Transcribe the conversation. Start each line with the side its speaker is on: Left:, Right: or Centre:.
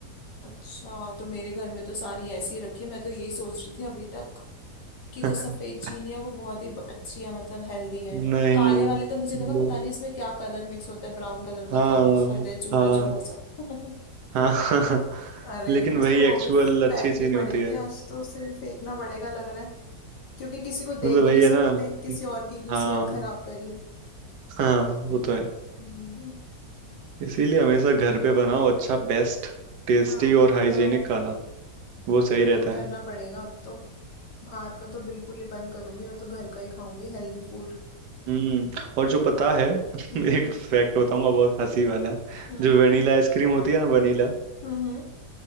Left: अच्छा तो मेरे घर में तो सारी ऐसी रखी है मैं तो यही सोच रही थी अभी तक कि
Right: <laughs>
Left: जो सफेद चीनी है वो बहुत ही ब- अच्छी है मतलब हेल्दी है
Right: नहीं
Left: काले वाले तो मुझे
Right: ब-
Left: लगा पता नहीं इसमें क्या कलर मिक्स होता है ब्राउन कलर का
Right: हाँ
Left: क्या मिक्स करते हैं चूरा
Right: हाँ
Left: चूरा सा <laughs>
Right: हाँ <laughs>
Left: अरे
Right: लेकिन
Left: मुझे
Right: वही
Left: तो
Right: एक्चुअल
Left: वो भी
Right: अच्छी
Left: फेंकनी
Right: चीज
Left: पड़ेगी
Right: नहीं होती है
Left: आज तो उसे भी फेंकना पड़ेगा लग रहा है क्योंकि किसी को दे
Right: मतलब
Left: भी
Right: वही
Left: नहीं सकते
Right: है ना
Left: किसी और की क्यों
Right: हाँ
Left: सेहत खराब करी
Right: हाँ वो तो है
Left: हम्म,
Right: इसीलिए हमेशा घर पे बनाओ अच्छा बेस्ट टेस्टी
Left: हाँ हाँ
Right: और हाइजीनिक
Left: हाँ
Right: खाना वो सही
Left: यही
Right: रहता है
Left: करना पड़ेगा अब तो बाहर का तो बिल्कुल ही बंद करूंगी मैं तो घर का ही खाऊंगी हेल्दी फूड
Right: हम्म और जो पता है <laughs>
Left: हम्म
Right: एक फैक्ट बताऊंगा बहुत हंसी वाला
Left: हम्म
Right: जो वनीला आइसक्रीम होती है ना वनीला
Left: हम्म